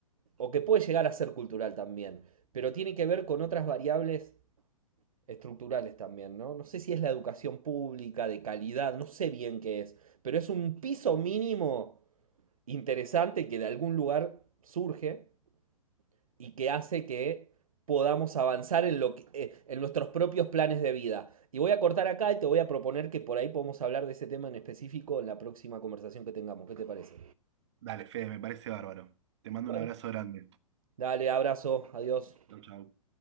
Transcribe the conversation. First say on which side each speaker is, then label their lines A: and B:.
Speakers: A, on the right (about 75°); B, on the right (about 50°).
A: o que puede llegar a ser cultural también, pero tiene que ver con otras variables estructurales también, ¿no? No sé si es la educación pública, de calidad, no sé bien qué es, pero es un piso mínimo interesante que de algún lugar surge y que hace que podamos avanzar en, lo que- eh, en nuestros propios planes de vida. Y voy a cortar acá y te voy a proponer que por ahí podemos hablar de ese tema en específico en la próxima conversación que tengamos. ¿Qué te parece?
B: Dale, Fede, me parece bárbaro. Te mando
A: Bueno,
B: un abrazo grande.
A: dale, abrazo, adiós.
B: Chau, chau.